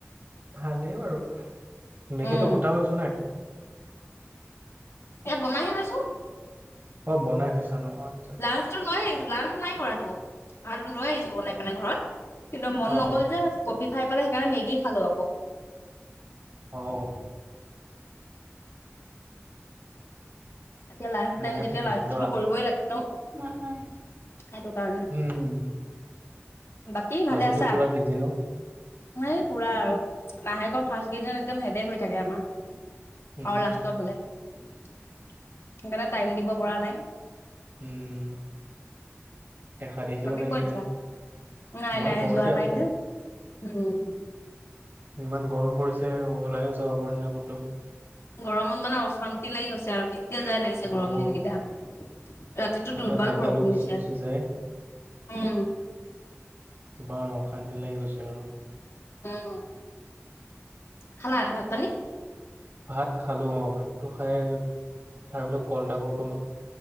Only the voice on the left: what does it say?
উম,
এয়া বনাই হে আছোঁ।
লাঞ্চটো লৈ আহিছো লাস নাই কৰাটো ভাত লৈ আহিছো বনাই পেলাই ঘৰত। কিন্তু মন
নগ'ল যে কবি খাই পেলাই সেইকাৰণে মেগী খালো আকৌ।
এতিয়া লাঞ্চ
টাইম তেতিয়া
লাঞ্চো
কৰিবই লাগে ন।
সেইটো কাৰণে
বাকী ভালে
আছা?
ই পুৰা আৰু মাহেকৰ ফাৰ্ষ্ট কেইদ একদম হেদে হৈ থাকে আমাৰ।
আৰু লাষ্টৰ ফালে সেইকাৰণে টাইম দিব পৰা নাই।
বাকী
ক'ত
যা নাই
নাই
যোৱা
নাই যে উম।
গৰমত মানে অশান্তি লাগি গৈছে আৰু কেতিয়া যাই লাগিছে
গৰম দিন কেইটা। ৰাতিটো
দু্বাল
বৰষুণ
দিছে
উম।
উম, খালা ভাত পানী?